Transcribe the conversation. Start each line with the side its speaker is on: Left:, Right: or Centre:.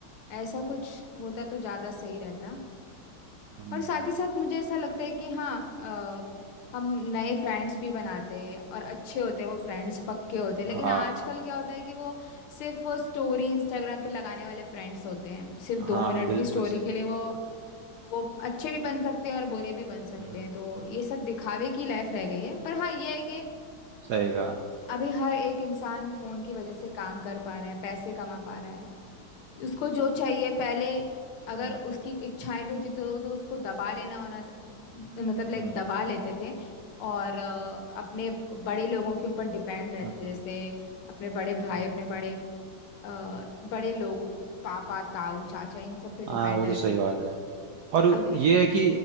Left: ऐसा कुछ होता तो ज़्यादा सही रहता
Right: हम्म
Left: और साथ ही साथ मुझे ऐसा लगता है कि हाँ अ, हम नए फ्रेंड्स भी बनाते हैं और अच्छे होते हैं वो फ्रेंड्स पक्के होते हैं लेकिन
Right: हाँ
Left: आजकल क्या होता है कि वो सिर्फ वो स्टोरी इंस्टाग्राम पे लगाने वाले फ्रेंड्स होते हैं सिर्फ
Right: हाँ
Left: दो मिनट
Right: बिल्कुल
Left: की स्टोरी
Right: सही
Left: के लिए वो वो अच्छे भी बन सकते हैं और बुरे भी बन सकते
Right: हम्म,
Left: हैं तो
Right: हम्म,
Left: ये सब दिखावे की लाइफ रह गई है पर हाँ ये है कि
Right: सही कहा
Left: अभी हर एक इंसान फ़ोन की वजह से काम कर पा रहा है पैसे कमा पा रहा है उसको जो चाहिए पहले अगर
Right: हम्म,
Left: उसकी इच्छाएं भी होती तो तो उसको दबा लेना होना था मतलब लाइक
Right: हम्म,
Left: दबा लेते थे और अ, अपने बड़े लोगों के ऊपर डिपेंड रहते
Right: हम्म,
Left: थे जैसे अपने बड़े भाई
Right: हम्म।
Left: अपने बड़े अ, बड़े लोग पापा ताऊ चाचा इन सब पे डिपेंड
Right: हाँ वो
Left: रहते
Right: तो सही बात है और
Left: अब
Right: ये है कि